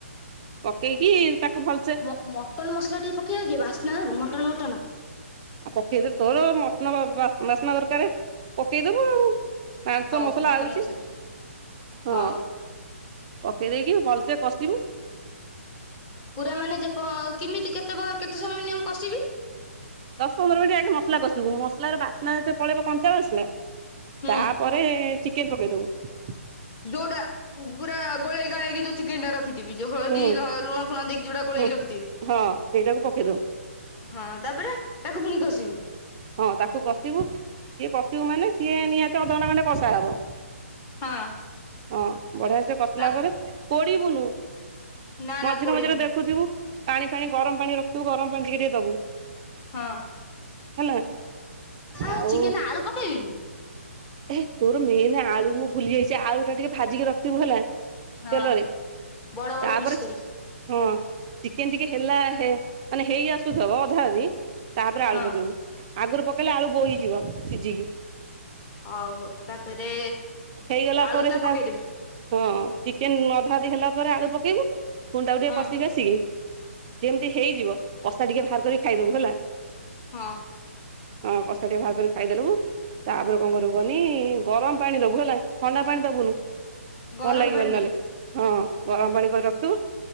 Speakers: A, on the right; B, on the left.
A: ପକେଇକି ତାକୁ ଭଲ
B: ମ-ମଟନ୍ ମସଲା ଟିକେ ପକେଇବା କି ବାସ୍ନା ହେବ ମଟନ୍ ମଟନ।
A: ଆଉ ପକେଇଦବ ତୋର ମଟନ ବା-ବାସ୍ନା ଦରକାର ପକେଇଦବୁ ଆଉ। ମାଂସ
B: ହଉ
A: ମସଲା
B: ମଟନ
A: ଆଉଛି
B: ମସଲା
A: ହଁ।
B: ହଉ
A: ପକେଇ ଦେଇକି ଭଲସେ କସିବୁ।
B: ପୁରା ମାନେ ଯେ ପ କେମିତି କେତେ କେତେ ସମୟ ମିନିମମ କଷିବି?
A: ଦଶ ପନ୍ଦର ମିନିଟ୍ ଆଗେ ମସଲା କସିବୁ ମସଲାର ବାସ୍ନା ଯେତେ ପଳେଇବ କଞ୍ଚା ବାସ୍ନା
B: ହୁଁ
A: ତାପରେ ଚିକେନ ପକେଇ ଦବୁ।
B: ଦୌଡ ପୁରା ଗୋଳେଇ ଗାଳିଗି ଯୋଉ ଚିକେନ ର ରଖିଥିବି ଯଉ ହଳଦୀ
A: ହୁଁ
B: ଲ ଲୁଣ ଫୁଣ ଦେଇକି ଯଉଟା ଗୋଳେଇକି
A: ହୁଁ
B: ରଖିଥିବି।
A: ହଁ ସେଇଟାକୁ ପକେଇ ଦବୁ।
B: ହଁ ତାପରେ ତାକୁ ପୁଣିି କଷିବି।
A: ହଁ ତାକୁ କଷିବୁ ସିଏ କସିବୁ ମାନେ ସିଏ ନିହାତି ଅଧେ ଘଣ୍ଟା ଖଣ୍ଟେ କଷାହବ।
B: ହଁ।
A: ହଁ ବଢିଆ ସେ କଷିଲା
B: ତା
A: ପରେ ପୋଡିବୁନୁ।
B: ନା
A: ମଝିରେ
B: ନା ପୋଡିବିନି
A: ମଝିରେ ଦେଖୁଥିବୁ ପାଣି ଫାଣି ଗରମ ପାଣି ରଖିଥିବୁ ଗରମ ପାଣି ଟିକେ ଟିକେ ଦବୁ।
B: ହଁ।
A: ହେଲା
B: ଆ
A: ଆଉ
B: ଚିକେନ ଆଳୁ ପକେଇ ବିନି?
A: ଏ ତୋର ମେନ ଆଳୁ ମୁଁ ଭୁଲି ଯାଇଛି ଆଳୁ ଟା ଟିକେ ଭାଜିକି ରଖିଥିବୁ ହେଲା।
B: ହଁ।
A: ତେଲରେ
B: ବଡ ବଡ
A: ତାପରେ
B: ପିସ୍ କରିକି।
A: ହଁ। ଚିକେନ ଟିକେ ହେଲା ହେ ମାନେ ହେଇ ଆସୁଥବ ଅଧା ଅଧୀ ତାପରେ ଆଳୁ
B: ହଁ।
A: ପକେଇବୁ। ଆଗରୁ ପକେଇଲେ ଆଳୁ ବୋହିଯିବ ସିଝିକି।
B: ହଉ ହଉ ତାପରେ
A: ହେଇଗଲା
B: ଆଳୁ
A: ପରେ
B: ଟା
A: ସେ ତା
B: ପକେଇଦେବି।
A: ହଁ ଚିକେନ ଅଧା ଅଧୀ ହେଲା ପରେ ଆଳୁ ପକେଇବୁ। ପୁଣି ତାକୁ ଟିକେ
B: ହଁ।
A: କଷି କାସିକି ଯେମିତି ହେଇଯିବ କଷା ଟିକେ ବାହାର କରିକି ଖାଇଦବୁ ହେଲା।
B: ହଁ।
A: ହଁ କଷା ଟିକେ ବାହାର କରି ଖାଇଦେଲୁବୁ ତାପରେ କଣ କରିବୁ କନି ଗରମ ପାଣି ଦବୁ। ହେଲା ଥଣ୍ଡା ପାଣି ଦେବୁନୁ
B: ଗରମ
A: ଭଲ ଲାଗିବନି
B: ପାଣି
A: ନହେଲେ।
B: ଦେବି।
A: ହଁ ଗରମ ପାଣି କରି ରଖୁଥିବୁ